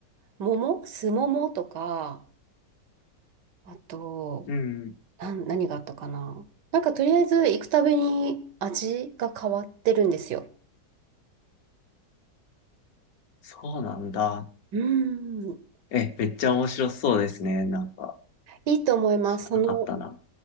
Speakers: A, on the right (about 75°); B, on the left (about 60°).
A: 桃、酢桃とか、あと、
B: うん。
A: なん、何があったかな。なんかとりあえず行くたびに味が変わってるんですよ。
B: そうなんだ。
A: うーん。
B: え、めっちゃ面白そうですね。なんか、
A: いいと思います。
B: 知らなかったな。
A: その